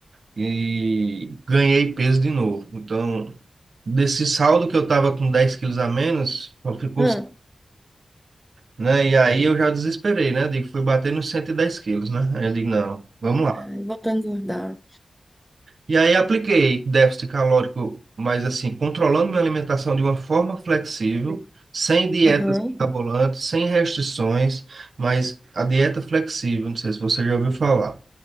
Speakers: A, on the right; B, in the centre.
A: e ganhei peso de novo. Então, desse saldo que eu tava com 10 quilos a menos, só ficou,
B: Ah.
A: né? E aí eu já desesperei, né? Digo, fui bater nos 110 quilos, né? Aí eu digo, não, vamos lá.
B: Ai, Voltou a engordar.
A: E aí apliquei déficit calórico, mas assim, controlando minha alimentação de uma forma flexível, sem dietas
B: Aham.
A: mirabolantes, sem restrições, mas a dieta flexível, não sei se você já ouviu falar.